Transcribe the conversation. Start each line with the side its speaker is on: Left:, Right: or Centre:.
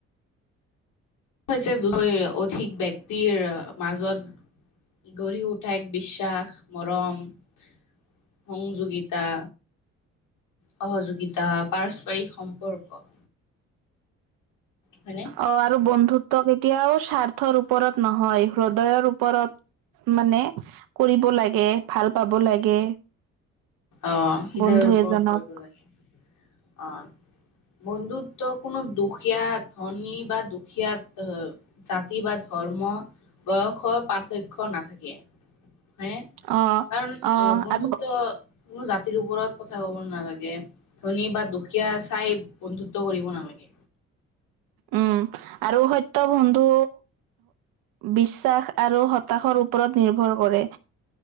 Left: হৈছে দুশৈ অধিক ব্যক্তিৰ মাজত গঢ়ি উঠ ঠা এক বিশ্বাস মৰম। সংযোগিতা, সহযোগিতা পাৰস্পৰিক সম্পৰ্ক। হয়, নে?
Right: অ', আৰু বন্ধুত্ব কেতিয়াও স্বাৰ্থৰ ওপৰত নহয়, হৃদয়ৰ ওপৰত মানে কৰিব লাগে, ভাল পাব লাগে।
Left: আহ, হৃদয়ৰ
Right: বন্ধু
Left: ওপৰত
Right: এজনক
Left: কৰিব লাগে অ'। বন্ধুত্ব কোনো দুখীয়া ধনী বা দুখীয়া জাতি বা ধৰ্ম বয়সৰ পাৰ্থক্য নাথাকে। হয়, নে?
Right: অ
Left: কাৰণ
Right: অ
Left: বন্ধুত্ব
Right: আৰু
Left: কোনো জাতিৰ ওপৰত কথা ক'ব নালাগে। ধনী বা দুখীয়া চাই বন্ধুত্ব কৰিব নালাগে।
Right: উম, আৰু সত্য বন্ধু বিশ্বাস আৰু হতাশৰ ওপৰত নিৰ্ভৰ কৰে।